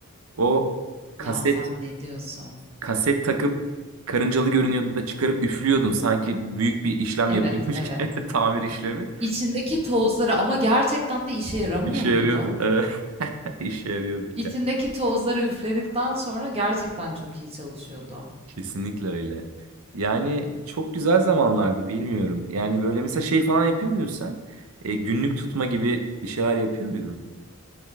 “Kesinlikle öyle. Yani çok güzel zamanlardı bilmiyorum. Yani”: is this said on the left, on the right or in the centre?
Right